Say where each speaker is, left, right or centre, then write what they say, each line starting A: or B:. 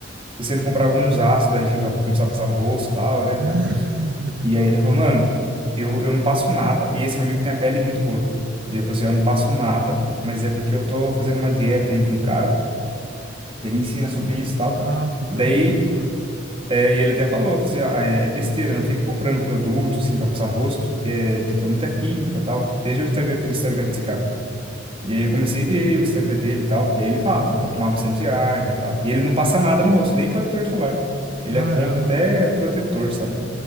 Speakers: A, on the right; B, on the right.
A: pensando em comprar alguns ácidos aí <laughs> pra começar a passar no rosto e tal, né?
B: <laughs>
A: E aí ele falou, mano, eu, eu não passo nada. E esse meu amigo tem a pele muito boa. Ele falou assim, eu não passo nada, mas é porque eu tô fazendo uma dieta aí de um cara, que ele ensina sobre isso e tal.
B: Ah, foi teu
A: Daí,
B: amigo, então.
A: é, e ele até falou, falou assim, ó, é, é besteira, não fica comprando produto, assim, pra passar no rosto, que é, tipo, muita química e tal. Veja o Instagram, o Instagram desse cara. E aí eu comecei a ver o Instagram dele e tal. E aí ele fala, tipo, pra tomar bastante água e tal. E ele não passa nada no rosto, nem protetor solar. Ele
B: Caramba,
A: é contra até
B: velho.
A: protetor, sabe?